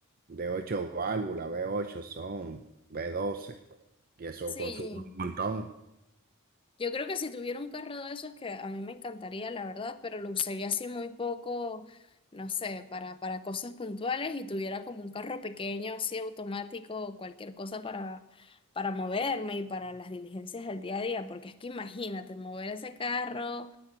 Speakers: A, on the right (about 40°); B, on the left (about 25°).
A: de ocho válvulas, v 8 son, v doce y eso
B: Sí,
A: consume un montón.
B: yo creo que si tuviera un carro de esos que a mí me encantaría, la verdad, pero lo usaría así muy poco, no sé, para, para cosas puntuales y tuviera como un carro pequeño, así automático, o cualquier cosa para, para moverme y para las diligencias del día a día, porque es que imagínate, mover ese carro.